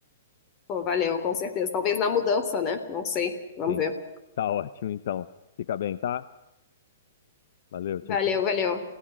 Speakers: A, on the left; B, on the left.
A: Pô, valeu, com certeza. Talvez na mudança, né? Não sei. Vamos
B: Sim,
A: ver.
B: tá ótimo então. Fica bem, tá? Valeu, tchau,
A: Valeu,
B: tchau.
A: valeu.